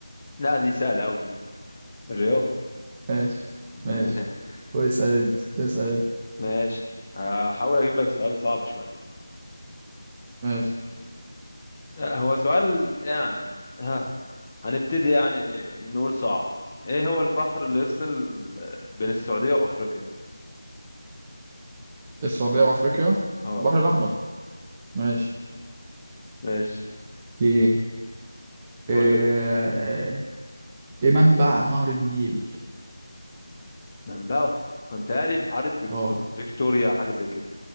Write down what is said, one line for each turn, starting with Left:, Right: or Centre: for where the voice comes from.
Left: لا دي سهله قوي دي الرياض
Right: <laughs> ماشي
Left: <laughs>
Right: ماشي واسأل أنت اسأل أنت
Left: ماشي هحاول اجيب لك سؤال صعب شويه
Right: ماشي
Left: آه، هو سؤال يعني ها هنبتدي يعني نقول صعب ايه هو البحر اللي يفصل آه، بين السعودية وافريقيا
Right: السعودية وأفريقيا
Left: اه
Right: البحر الأحمر ماشي
Left: ماشي
Right: ايه
Left: قول
Right: آه،
Left: لي انت.
Right: ايه منبع نهر النيل
Left: منبعه ما متهيألي بحيرة فيك-
Right: اه
Left: ب- فيكتوريا حاجة زي كده